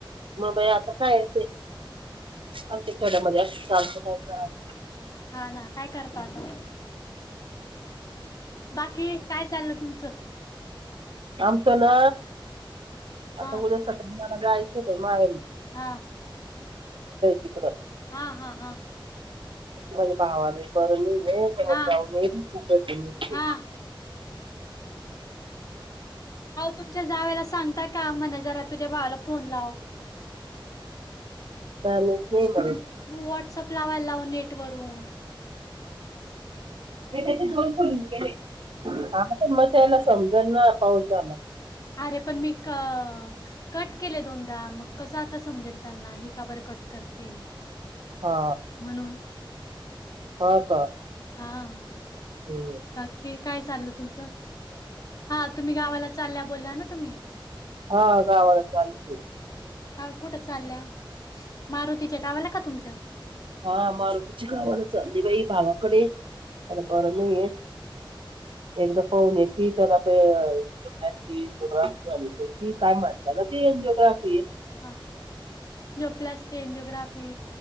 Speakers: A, on the right; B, on the left.
A: मगबाई आता काय येत.. अ ते खेड्यामध्येध्ये असं चालतं.. काय करायचं
B: हा ना काय करत आता.. बाकी काय चाललं तुमचं.
A: आमचं ना
B: हा
A: आता उद्या मला जायचं होत माहे.
B: हा
A: तिकडं
B: हा हा हा.
A: माझे भावाने बर म आहे
B: हा
A: जाऊ..
B: हा तुमच्या जावेला सांगता का म्हण जरा तुझ्या भावाला.. फोन ला
A: बॅलन्स नाही म्हणत
B: वटसप लावाय ला.. वरून.
A: त्या हा पण मग त्याला समज ना पाऊसला.
B: अरे पण मी क कट केले दोनदा मग कसं आता समजेल त्यांना ही काबर कट करते.
A: हा.
B: म्हणून.
A: हा का.
B: हा
A: हम्म.
B: बाकी काय चाललं तुमचं. हा तुम्ही गावाला चालल्या बोलला ना तुम्ही.
A: हा गावाला चाललीय.
B: का कुठं चालल्या मारुतीच्या गावाला का तुमच्या.
A: हा मर तुझ खावान ली बाई भाव. कडे त्याला बर नाहीय एकदा फाऊन ती त्याला.. एजि्राफजिओग्राफी झाली ती काय म्हणतात एंजिओग्राफ..
B: हा प्लस टेन जग्राफी.